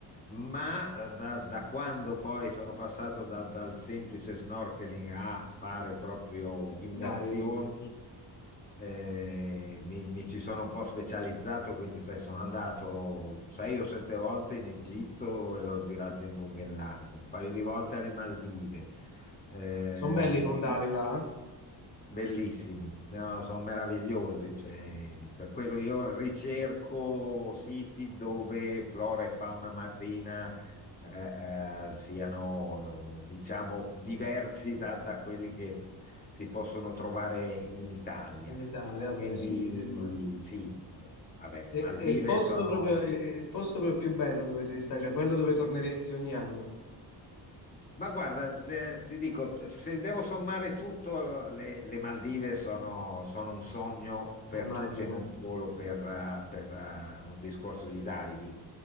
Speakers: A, on the left; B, on the left.
A: ma eh, da, da quando poi sono passato da- dal semplice snorkeling a fare proprio immersioni,
B: Dai, quindi.
A: eh, mi, mi ci sono un po' specializzato, quindi sai, sono andato sei o sette volte in Egitto e l'ho girato in lungo e in largo, un paio di volte alle Maldive. Eh,
B: Sono belli i fondali là, eh?
A: Bellissimi, no, sono meravigliosi, cioè, per quello io ricerco siti dove flora e fauna marina eh, eh, siano, diciamo, diversi da, da quelli che si possono trovare in Italia.
B: in Italia, vabbè
A: Quindi
B: sì, e immagino.
A: sì, eh, vabbè,
B: È,
A: le Maldive
B: è il posto
A: sono
B: proprio, è- è il posto proprio più bello dove sei stato, cioè quello dove torneresti ogni anno,
A: Ma guarda, te- ti dico, se devo sommare tutto, le, le Maldive sono, sono un sogno per
B: immagino.
A: tutte, non solo per, eh, per, eh, un discorso di diving